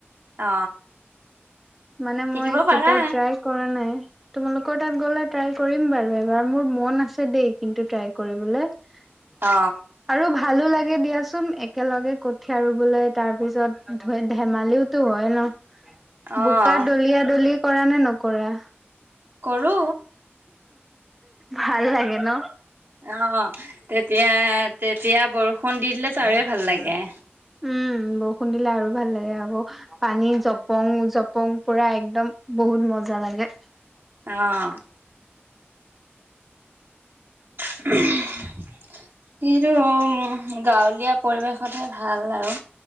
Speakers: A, on the right; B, in the centre.
A: অ।
B: মানে
A: শিকিব
B: মই
A: পাৰা।
B: কেতিয়াও ট্ৰাই কৰা নাই তোমালোকৰ তাত গ'লে ট্ৰাই কৰিম বাৰু এবাৰ মোৰ মন আছে দেই কিন্তু ট্ৰাই কৰিবলৈ <unintelligible>
A: অ
B: আৰু ভালো লাগে দিয়াচোন একেলগে কঠীয়া ৰোবলে তাৰ পিছত ধেমালিও টো হয় ন
A: অ'
B: বোকা দলিয়া দলি কৰানে নকৰা
A: কৰোঁ
B: ভাল লাগে ন
A: অ, তেতিয়া-তেতিয়া, বৰষুণ দি দিলেতো আৰুৱে ভাল লাগে।
B: উম, বৰষুণ দিলে আৰু ভাল লাগে। আকৌ পানী জপং-জপং, পুৰা একদম বহুত মজা লাগে।
A: অ, এইটো, গাঁৱলীয়া পৰিৱেশতহে ভাল আৰু।